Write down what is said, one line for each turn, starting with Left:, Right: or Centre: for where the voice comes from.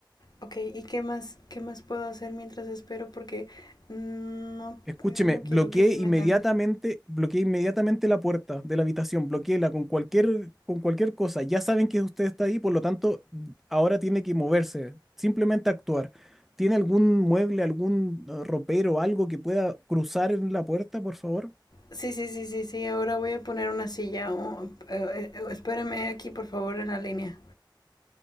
Left: ok, ¿y qué más, qué más puedo hacer mientras espero? Porque no,
Centre: Escúcheme,
Left: no quiero
Centre: bloqueé
Left: que se
Centre: inmediatamente,
Left: metan.
Centre: bloqueé inmediatamente la puerta de la habitación, bloqueéla con cualquier, con cualquier cosa. Ya saben que usted está ahí, por lo tanto, ahora tiene que moverse, simplemente actuar. ¿Tiene algún mueble, algún eh, ropero, algo que pueda cruzar en la puerta, por favor?
Left: Sí, sí, sí, sí, sí, ahora voy a poner una silla. o- eh, eh, espérame aquí, por favor, en la línea.